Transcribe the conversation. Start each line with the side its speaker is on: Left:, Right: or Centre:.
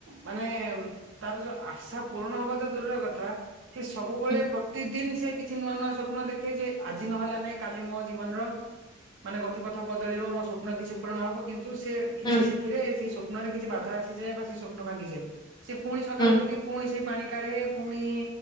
Right: ମାନେ ତାର ଯୋଉ ଆଶା ପୂରଣ ହବାତ ଦୂରର କଥା ସେ ସବୁବେଳେ
Left: ହୁଁ
Right: ପ୍ରତିଦିନ ସେକିଛି ନୂଆ-ନୂଆ ସ୍ୱପ୍ନ ଦେଖେଯେ ଆଜି ନହେଲା ନାଇଁ କାଲି ମୋ ଜୀବନର ମାନେ ଗତିପଥ ବଦଳିବ ମୋ ସ୍ୱପ୍ନ କିଛି ପୂରଣ ହବ କିନ୍ତୁ ସେ କିଛି
Left: ହୁଁ
Right: ସେଥିରେ ସେଇ ସ୍ଵପ୍ନରେ କିଛି ବାଧା ଆସିଯାଏ ବା ସେ ସ୍ୱପ୍ନ ଭାଙ୍ଗିଯାଏ। ସେ ପୁଣି ସକାଳୁ
Left: ହୁଁ
Right: ଉଠିକି ପୁଣି ସେଇ ପାଣି କାଢେ ପୁଣି